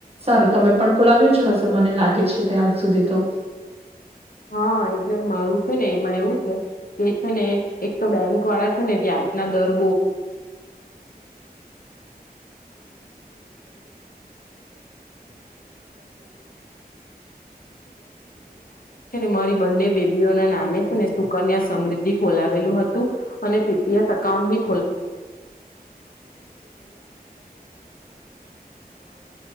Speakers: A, on the right; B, on the left.
A: સારું તમે પણ ખોલાવ્યું જ હશે મને લાગે છે ત્યાજ સુધી તો
B: હા એટલે મારું છે ને એમાં એવું છે કે છે ને એક તો બેંક વાળા છે ને વ્યાજ ના દર મારી બંને બેબીઓ ના નામે છે ને સુકન્યા સમૃદ્ધિ ખોલાવેલું હતું અને પીપીએફ એકાઉન્ટ બી